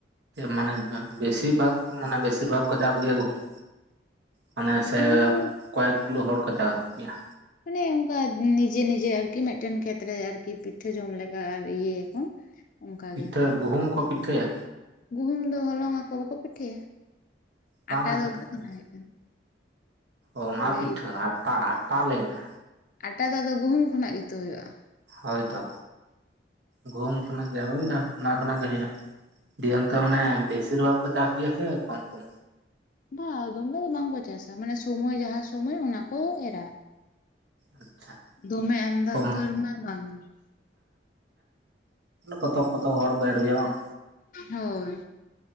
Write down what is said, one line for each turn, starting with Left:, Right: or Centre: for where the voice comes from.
Right: ᱢᱟᱱᱮ ᱵᱮᱥᱤᱨ ᱵᱷᱟᱜᱽ ᱢᱟᱱᱮ ᱵᱮᱥᱤᱨ ᱵᱷᱟᱜᱽ ᱠᱚ ᱪᱟᱥ ᱜᱮᱭᱟ ᱜᱩᱦᱩᱢ ᱢᱟᱱᱮ
Left: ᱜᱩᱦᱩᱢ
Right: ᱥᱮ
Left: ᱫᱚ
Right: ᱠᱚᱭᱮᱠ ᱜᱩᱞᱳ ᱦᱚᱲᱠᱚ ᱪᱟᱥ ᱜᱮᱭᱟ
Left: ᱢᱟᱱᱮ ᱚᱱᱠᱟ ᱱᱤᱡᱮ ᱱᱤᱡᱮ ᱟᱨᱠᱤ ᱢᱤᱫᱴᱮᱱ ᱠᱷᱮᱛ ᱨᱮ ᱟᱨᱠᱤ ᱯᱤᱴᱷᱟᱹ ᱡᱚᱢ ᱞᱮᱠᱟ ᱟᱨ ᱤᱭᱟᱹᱭᱟᱠᱚ ᱚᱱᱠᱟᱜᱮ
Right: ᱯᱤᱴᱷᱟᱹ ᱜᱩᱦᱩᱢ ᱠᱚ ᱯᱤᱴᱷᱟᱹᱭᱟ
Left: ᱜᱩᱦᱩᱢ ᱫᱚ ᱦᱚᱞᱚᱝ ᱟᱠᱚ ᱵᱟᱠᱚ ᱯᱤᱴᱷᱟᱹᱭᱟ
Right: ᱵᱟᱝ
Left: ᱟᱴᱟ
Right: ᱟᱸᱡᱚᱢ
Left: ᱫᱚ ᱚᱠᱟ ᱠᱷᱚᱱᱟᱜ
Right: ᱠᱟᱫᱟ
Left: ᱦᱩᱭᱩᱜ ᱠᱟᱱᱟ
Right: ᱚᱱᱟ
Left: ᱞᱟᱹᱭ
Right: ᱯᱤᱴᱷᱟᱹ ᱟᱴᱟ ᱟᱴᱟ ᱞᱟᱹᱭ ᱢᱮ
Left: ᱟᱴᱟ ᱫᱚ ᱟᱫᱚ ᱜᱩᱦᱩᱢ ᱠᱷᱚᱱᱟᱜ ᱜᱮᱛᱚ ᱦᱩᱭᱩᱜ-ᱟ
Right: ᱦᱳᱭ ᱛᱚ ᱜᱩᱦᱩᱢ ᱠᱷᱚᱱᱟᱜ ᱜᱮ ᱦᱩᱭ ᱮᱱᱟ ᱚᱱᱟ ᱠᱷᱚᱱᱟᱜ ᱜᱮ ᱦᱩᱭᱩᱜ-ᱟ ᱫᱤᱭᱮ ᱚᱱᱛᱮ ᱢᱟᱱᱮ ᱵᱮᱥᱤᱨ ᱵᱷᱟᱜᱽ ᱠᱚ ᱪᱟᱥ ᱜᱮᱭᱟ ᱥᱮ ᱠᱚᱢ ᱠᱚᱢ
Left: ᱵᱟᱝ ᱫᱚᱢᱮ ᱫᱚ ᱵᱟᱝᱠᱚ ᱪᱟᱥ-ᱟ ᱢᱟᱱᱮ ᱥᱚᱢᱚᱭ ᱡᱟᱦᱟᱸ ᱥᱚᱢᱚᱭ ᱚᱱᱟ ᱠᱚ ᱮᱨᱟ
Right: ᱟᱪᱪᱷᱟ
Left: ᱫᱚᱢᱮ ᱟᱢᱫᱟ
Right: ᱠᱚᱢ
Left: ᱩᱛᱟᱹᱨ
Right: ᱦᱮᱸ
Left: ᱢᱟ ᱵᱟᱝ ᱜᱮ
Right: ᱠᱚᱛᱚᱠ ᱠᱚᱛᱚᱠ ᱦᱚᱲ ᱠᱚ ᱮᱨ ᱜᱮᱭᱟ ᱵᱟᱝ
Left: ᱦᱳᱭ